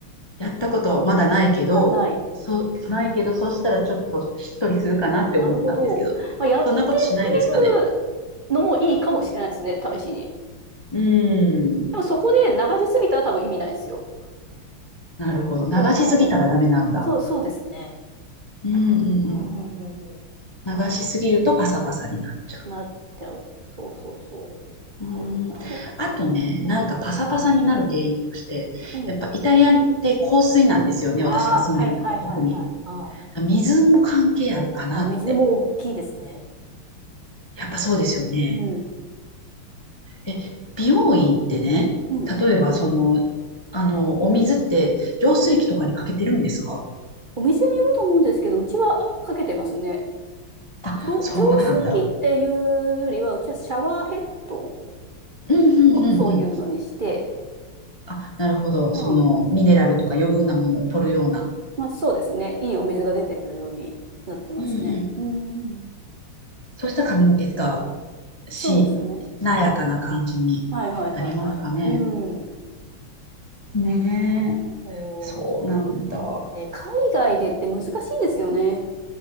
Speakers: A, on the left; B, on the right.
A: やったことまだないけど、
B: あ、ない。
A: そう、ないけど、そしたらちょっとしっとりするかなって思ったんですけど、
B: なるほど。まあ、やってみ
A: そんなことしないですかね。
B: るのもいいかもしれないですね、試しに。
A: うーん、
B: でもそこで流しすぎたら多分意味ないんですよ。
A: なるほど。流しすぎたらダメなんだ。
B: おうおうおうそう、そうですね。
A: うんうんうん。
B: うんうんうんう
A: 流しすぎるとパサパサになっちゃ
B: ん。なっちゃう。そうそうそ
A: う。うーん。
B: う。お
A: あとね、なんかパサパサになる原因として、
B: うん。うん。
A: やっぱイタリアって香水なんですよね。私が住んでるとこは特に。
B: ああ、はいはいはいはい。あ
A: 水も関係あるかなって。
B: あ、あ、水も大きいですね。
A: やっぱそうですよね。
B: うん。
A: え、美容院ってね、
B: うん。
A: 例えばその、あの、お水って浄水器とかにかけてるんですか
B: お店によると思うんですけど、うちはかけてますね。
A: あ、
B: 浄、
A: そうなんだ。
B: 浄水器っていうよりは、うちはシャワーヘッド
A: うん、うん、
B: をそういうのにして、
A: うん、うん。あ、なるほど。
B: うん。
A: その、ミネラルとか余分なものを取るような。
B: まあそうですね。いいお水が出てくるようになってますね。
A: うん、うん。
B: うん。
A: そうしたら髪の毛がし、
B: そうですね。
A: なやかな感じになりますかね。
B: うんはいはいはいはい。うん。
A: ね
B: おー、
A: え。そうなんだ。
B: そう。ね、海外でって難しいですよね。